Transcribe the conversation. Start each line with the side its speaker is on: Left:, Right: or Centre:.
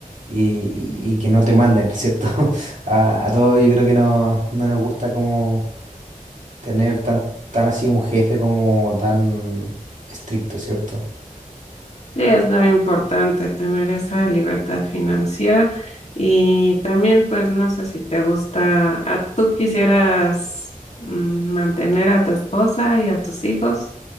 Right: y- y que no te manden, ¿cierto? <laughs> A, a todos yo creo que no, no nos gusta como tener tan, tan así un jefe como tan estricto, ¿cierto?
Left: Sí, es lo importante, tener esa libertad financiera y también, pues, no sé si te gusta, a, ¿tú quisieras mm, mantener a tu esposa y a tus hijos?